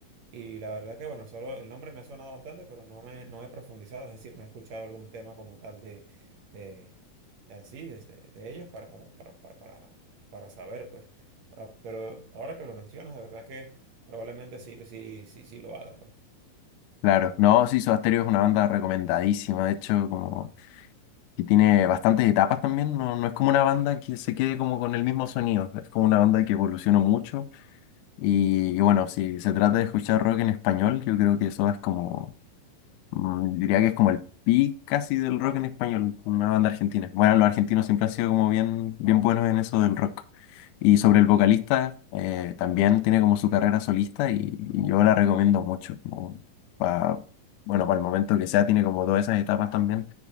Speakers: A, on the right; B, on the left.
A: y la verdad que, bueno, solo el nombre me ha sonado bastante, pero no me, no he profundizado, es decir, no he escuchado algún tema como tal de, de, de así, de, de- de ellos para, como, para, para, para, para saber, pues, Para- pero ahora que lo mencionas, de verdad que probablemente sí, sí, sí, sí lo haga, pues.
B: Claro, no, sí, Soda Stereo es una banda recomendadísima, de hecho, como que tiene bastantes etapas también, no, no es como una banda que se quede como con el mismo sonido, es como una banda que evolucionó mucho y, y bueno, si se trata de escuchar rock en español, yo creo que eso es como Mm, diría que es como el pic casi del rock en español, una banda argentina. Bueno, los argentinos siempre han sido como bien, bien buenos en eso del rock. Y sobre el vocalista, eh, también tiene como su carrera solista y, y yo la recomiendo mucho. como pa- bueno, para el momento que sea, tiene como todas esas etapas también.